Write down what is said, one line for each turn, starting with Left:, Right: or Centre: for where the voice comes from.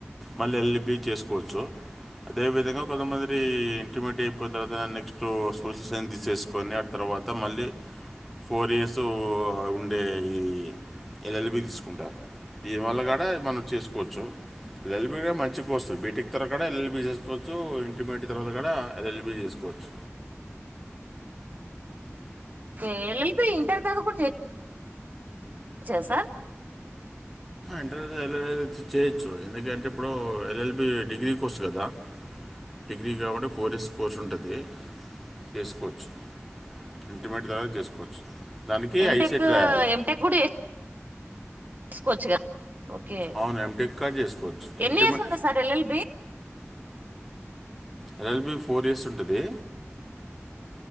Centre: మళ్ళ అల్ బీచ్ చేసుకోవచ్చు అదేవిధంగా కొంతమందిరి ఇంటర్మీడియట్ అయిపోయిన తర్వాత నెక్స్ట్ స్కూల్స్ ఫన్ తీసేసుకొని ఆ తర్వాత మళ్ళీ ఫోర్ ఇయర్స్ ఉండే ఈ ఎల్ఎల్బీ తీసుకుంటారు దీనివల్ల కూడా మనం చేసుకోవచ్చు ఎల్ ఎల్బీ సువంది బీటెక్ తర్వా కూడా ఎల్ఎల్బీ చేసుకోవచ్చు ఇంటర్మీడియట్ తర్వాత కూడా ఎల్ఎల్బీ చేసుకోవచ్చు
Right: అ ఎ ఇంటర్ ద కూ చే సార్
Centre: ఇంటర్వ్యూ ఎల్ఎల్ చేయొచ్చు ఎందుకంటే ఇప్పుడు ఎల్ఎల్బి డిగ్రీ కోర్స్ కదా డిగ్రీ కాబట్టి ఫోర్ ఇయర్స్ కోర్స్ ఉంటుంది చేేసుకోవచ్చు ఇంటిమేట్ ద్వార చేసుకోవచ్చు దానికి
Right: ఎమ్
Centre: ఐసెట్
Right: టెక్
Centre: రాయాలి
Right: ఎమ్ టెక్ కూడ తీసుకోవచ్చు కదా ఓకే
Centre: అవును ఎంటెక్ కూడా చేసుకోవచ్చు
Right: ఎన్ని
Centre: ఇంటర్మీ
Right: ఇస్ ఉంటా sir LLB
Centre: LLB four years ఉంటది